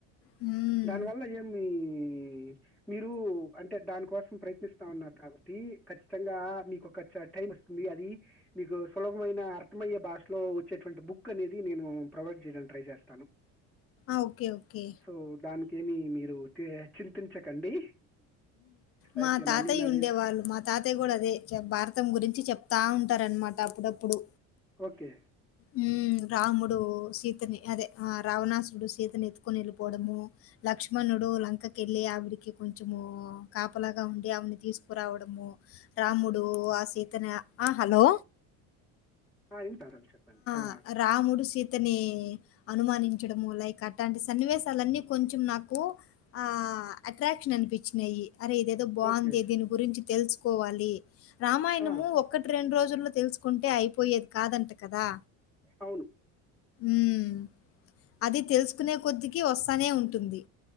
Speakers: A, on the left; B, in the centre.
A: హ్మ్.
B: దానివల్ల ఏమి మ్మ్ మీరు అంటే దానికోసం ప్రయత్నిస్తా ఉన్నారు కాబట్టి ఖచ్చితంగా మీకొక చ టైం వస్తుంది అది మీకు సులభమైన అర్థమయ్యే భాషలో వచ్చేటువంటి బుక్ అనేది నేను ప్రొవైడ్ చేయడానికి ట్రై జేస్
A: ఓకే ఓకే
B: సో దానికి ఏమి మీరు తె చింతించకండి
A: మా
B: ఓకేనా
A: తాతయ్య
B: నేను అది
A: ఉండే వాళ్ళు మా తాతయ్య కూడా అదే భారతం గురించి చెప్తా ఉం ంటారనమాట అప్పుడప్పుడు
B: ఓకే
A: మ్ రాముడు సీతని అదే ఆ రావణాసుడు సీతని ఎత్తుకుొని వెళ్ళిపోవడము లక్ష్మణు ముడు లంకెళ్ళి ఆవిడకి కొంచము కాపలాగా ఉఉండి ఆవిడను తీసుకురావడము రా మ్ముడు ఆ సీతని ఆ హలో
B: ఆ ఇంటరండి చెప్పండి ఆ
A: ఆ రాముడు సీతని అనుమానించడము లైక్ అట్లాంటి సన్నివేశాలన్నీ కొంచెం నాకు ఆ అట్రాక్షన్ అనిపించినాయి అరే ఇదేదో బాగుందే
B: ఓకే
A: దీని గురించి తెలుసుకోవాలి రామాయణము
B: ఆ,
A: ఒక్కటి రెండు రోజుల్లో తెలుసుకుంటే అయిపోయేది కాదంట కదా
B: అవును
A: ఊమ్ అది తెలుసుకునేకొద్దికి వస్తానే ఉంటుంది